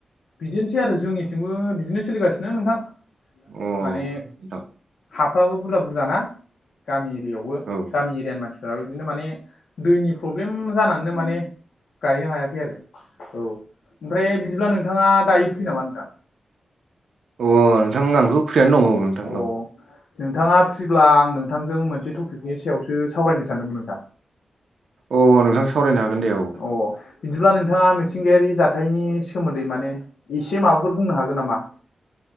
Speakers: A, on the left (about 90°); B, on the right (about 70°).
A: बिदिनोसै आरो जोंनिथिंबो बिदिनो सोलिगासिनो नोंथां।
B: अ
A: माने
B: नोंथां
A: हाफ्राबो बुरजा बुरजा बुरजा ना गामि एरियावबो
B: औ
A: गामि एरियानि मानसिफोराबो बिदिनो माने दैनि प्रब्लेम जानानैनो माने गायनो हायाखै आरो औ ओमफ्राय बिदिब्ला नोंथाङा दायो फ्रि नामा नोंथां?
B: अ नोंथां आंथ' फ्रियानो दङ औ नोंथां
A: अ
B: औ
A: नोंथाङा फ्रिब्ला आं नोंथांजों मोनसे टपिकनि सायावसो सावरायनो सानदोंमोन नोंथां।
B: अ नोंथां सावरायनो हागोन दे औ।
A: अ बिदिब्ला नोंथाङा मिथिंगायारि जाथायनि सोमोन्दै माने एसे माबाफोर बुंनो हागोन नामा?